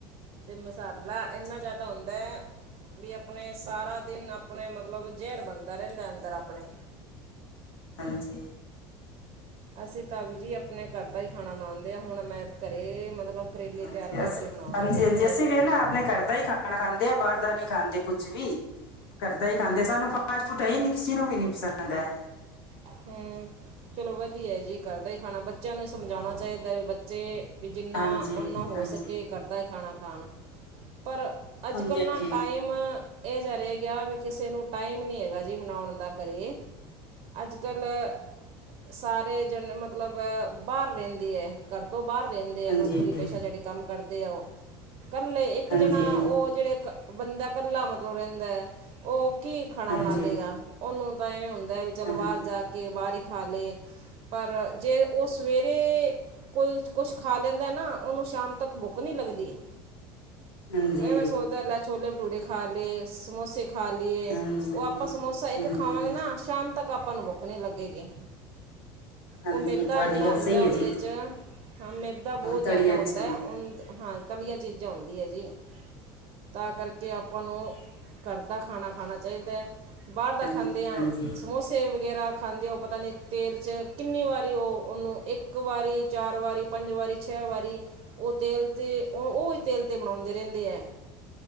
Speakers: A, on the right (about 50°); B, on the left (about 85°).
A: ਤੇ ਮਸਾਲਾ
B: ਹਾਂਜੀ
A: ਇੰਨਾ ਜਿਆਦਾ ਹੁੰਦਾ ਐ। ਵੀ ਆਪਣੇ ਸਾਰਾ ਦਿਨ, ਆਪਣੇ ਮਤਲਬ ਜੇਰ ਬਣਦਾ ਰਹਿੰਦਾ ਅੰਦਰ ਆਪਣੇ।
B: ਹਾਂਜੀ।
A: ਅਸੀਂ ਤਾਂ ਵੀ ਜੀ, ਆਪਣੇ ਘਰ ਦਾ ਹੀ ਖਾਣਾ ਮੰਨਦੇ ਆ ਹੁਣ। ਮੈਂ ਘਰੇ, ਮਤਲਬ ਕਰੇਲੇ
B: ਹਾਂਜੀ
A: ਤਿਆਰ ਕਰਕੇ
B: ਅਸੀਂ
A: ਬਣਾਵਾਂਗੀ
B: ਹਾਂਜੀ
A: ਅੱਜ।
B: ਹਾਂਜੀ ਅਸੀਂ ਵੀ ਨਾ ਆਪਣੇ ਕਰ। ਦਾ ਹੀ ਖਾਣਾ ਖਾਂਦੇ ਆ, ਬਾਹਰ ਦਾ ਨੀ ਖਾਂਦੇ ਕੁਛ ਵੀ। ਕਰਦਾ ਹੀ ਖਾਂਦੇ। ਸਾਨੂੰ ਫਾਸਟ ਫੂਟ ਹੈ ਈ ਨੀ ਕਿਸੇ ਨੂੰ ਵੀ ਨੀ ਪਸੰਦ ਹੈ।
A: ਹੂੰ, ਚਲੋ ਵਧੀਆ ਜੀ, ਘਰਦਾ ਹੀ ਖਾਣਾ, ਬੱਚਿਆਂ ਨੂੰ ਸਮਝਾਉਣਾ ਚਾਹੀਦਾ ਵੀ ਬੱਚੇ ਵੀ ਜਿੰਨਾ
B: ਹਾਂਜੀ
A: ਓਨਾਂ ਹੋ
B: ਹਾਂਜੀ
A: ਸਕੇ। ਘਰਦਾ ਹੀ ਖਾਣਾ ਖਾਣ ਪਰ ਅੱਜ-ਕੱਲ੍ਹ
B: ਹਾਂਜੀ
A: ਨਾ
B: ਹਾਂਜੀ
A: ਟਾਈਮ ਇਹ ਜਾ ਰੇ ਗਿਆ, ਵੀ ਕਿਸੇ ਨੂੰ ਟਾਈਮ ਨੀ ਹੈਗਾ ਜੀ ਮਨਾਉਣ ਦਾ ਘਰੇ। ਅੱਜ-ਕੱਲ੍ਹ। ਸਾਰੇ ਜਨ, ਮਤਲਬ ਬਾਹਰ ਰਹਿੰਦੀ ਹੈ, ਘਰ ਤੋਂ ਬਾਹਰ ਰਹਿੰਦੀ ਦੇਆ
B: ਹਾਂਜੀ
A: ਨੋਕਰੀ
B: ਹਾਂਜੀ
A: ਪੇਸ਼ਾ ਜੇੜੇ ਕੰਮ ਕਰਦੇ ਆ ਓ, ਕਰਲਏ ਇੱਕ
B: ਹਾਂਜੀ ਹਾਂਜੀ
A: ਜਣਾ ਉਹ ਜਿਹੜੇ ਬੰਦਾ ਕੱਲਾ ਮਤਲਬ ਰੇਂਦੈ, ਓ ਕੀ ਖਾਣਾ
B: ਹਾਂਜੀ
A: ਬਣਾ ਲੇਗਾ ਉਹਨੂੰ ਤਾਂ ਇਵੇਂ ਹੁੰਦੈ ਵੀ ਚਲੋ
B: ਹਾਂਜੀ
A: ਬਾਹਰ ਜਾ ਕੇ ਬਾਹਰ ਹੀ ਖਾ ਲੇ, ਪਰ ਜੇ ਓ ਸਵੇਰੇ ਕੋਈ ਕੁਛ ਖਾ ਲੈਂਦਾ ਨਾ ਉਹਨੂੰ ਸ਼ਾਮ ਤੱਕ ਬੁੱਕ ਨੀਂ ਲੱਗਦੀ।
B: ਹਾਂਜੀ
A: ਐਵੇਂ ਸੋਚਦਾ ਲੈ ਛੋਲੇ ਭਟੂਰੇ ਖ ਖਾ ਲੇ ਸਮੋਸੇ ਖਾਲੀਏ
B: ਹਾਂਜੀ
A: ਉਹ ਆਪਾਂ ਸਮੋਸਾ ਇੱਕ
B: ਹਾਂਜੀ
A: ਖਾਵਾਂਗੇ ਨਾ ਸ਼ਾਮ ਤੱਕ ਆਪਾਂ ਨੂੰ ਬੁੱਖ ਨੀਂ ਲੱਗੇਗੀ,
B: ਹਾਂਜੀ
A: ਉਹ ਮੇਦਾ
B: ਤੁਹਾਡੀ
A: ਇਨਾ
B: ਗੱਲ
A: ਹੁੰਦਾ
B: ਸਹੀ
A: ਓਂਦੇ
B: ਹੈ ਜੀ
A: ਚ ਹਾਂ ਮੇਦਾ ਬੋਤ
B: ਤਲੀ
A: ਜ਼ਿਆਦਾ
B: ਅੱਛਾ
A: ਉਂਦੈ
B: ਜੀ
A: ਉਂ ਹਾਂ ਤਲੀਆ ਚੀਜ਼ਾਂ ਓਂਦੀ ਐ ਜੀ। ਤਾਂ ਕਰਕੇ ਆਪਾਂ ਨੂੰ ਘਰ ਦਾ ਖਾਣਾ ਖਾਣਾ ਚਾਈਦੈ ਬਾਹਰ ਦਾ
B: ਹਾਂਜੀ
A: ਖਾਂਦੇ ਆਂ
B: ਹਾਂਜੀ
A: ਸਮੋਸੇ ਵਗੇਰਾ ਖਾਂਦੇ ਹੋ ਪਤਾ ਨਹੀਂ ਤੇਲ ਚ ਕਿੰਨੀ ਵਾਰੀ ਉਹ ਓਨੂੰ ਇੱਕ ਵਾਰੀ, ਚਾਰ ਵਾਰੀ, ਪੰਜ ਵਾਰੀ, ਛੇ ਵਾਰੀ ਉਹ ਤੇਲ ਤੇ ਉਹ ਉਹਹੀ ਤੇਲ ਤੇ ਬਣਾਉਂਦੇ ਰਹਿੰਦੇ ਐ